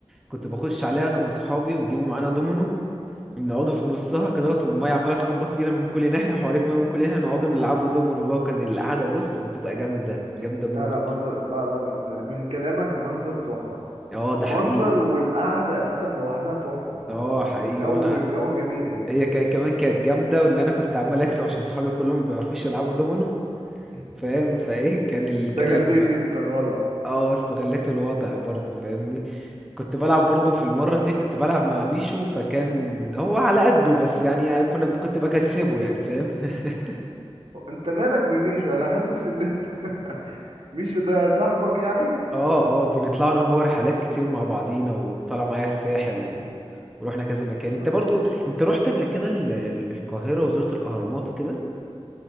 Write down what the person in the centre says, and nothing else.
كنت
بخش عليها انا واصحابي ونجيبوا معانا دومينو ونقعدوا في نصها كده والميه عماله تخبط فينا من كل ناحيه وحواليك ميه من كل ناحيه نقعدوا نلعبوا دومينو بقى وكان القعده بص بتبقى جامده
جامده موت
اه ده
حقيقي
اه
حقيقي
وانا
هي كان كمان كانت جامده وان انا كنت عمال اكسب عشان صحابي كلهم ما بيعرفوش يلعبوا دومينو
فاهم فايه كان ال...
كان الم...
اه استغليت الوضع برضو فاهمني كنت بلعب برضو في المرة دي كنت بلعب مع ميشو فكان هو على قده بس يعني يعني كنا كنت بكسبه يعني فاهم <laughs>
اه اه بنطلع انا وهو رحلات كتير مع بعضينا وطلع معايا الساحل و... ورحنا كذا مكان
انت برضو انت رحت قبل كده ال... ال- القاهرة وزرت الاهرامات وكده